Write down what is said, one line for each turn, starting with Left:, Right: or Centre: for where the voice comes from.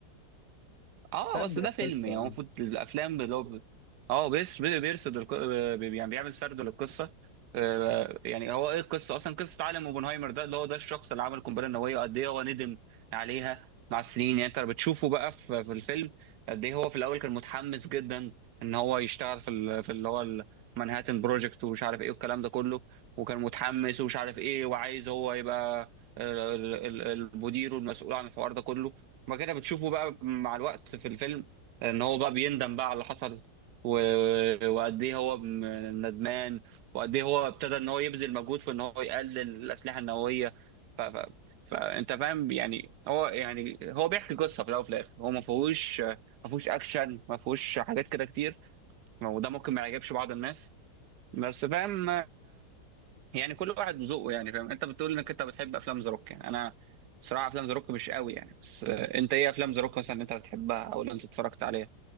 Right: اه
Left: سرد
Right: بس
Left: القصه
Right: ده فيلم يعني
Left: آه.
Right: هو المفروض الافلام اللي هو ب- اه بيس- بي- بيرصد الق... بي- يعني بيعمل سرد للقصه آه، يعني هو ايه القصه اصلا قصه عالم اوبنهايمر ده اللي هو ده الشخص اللي عمل القنبله النوويه وقد ايه هو ندم عليها مع السنين يعني انت بتشوفه بقى في في الفيلم قد ايه هو في الاول كان متحمس جدا ان هو يشتغل في ال... في اللي هو المنهاتن بروجكت ومش عارف ايه والكلام ده كله وكان متحمس ومش عارف ايه وعايز هو يبقى آه، ال- ال- المدير والمسؤول عن الحوار ده كله بعد كده بتشوفه بقى مع الوقت في الفيلم ان هو بقى بيندم بقى على اللي حصل و- وقد ايه هو م- ندمان وقد ايه هو ابتدى ان هو يبذل مجهود في ان هو يقلل الاسلحه النوويه ف... ف... فانت فاهم يعني هو يعني هو بيحكي قصه في الاول وفي الاخر هو ما فيهوش ما فيهوش اكشن ما فيهوش حاجات كده كتير وده ممكن ما يعجبش بعض الناس بس فاهم يعني كل واحد وذوقه يعني فاهم انت بتقول انك انت بتحب افلام ذا روك يعني انا بصراحه افلام ذا روك مش قوي يعني بس آه، انت ايه افلام ذا روك مثلا اللي انت بتحبها او اللي انت اتفرجت عليها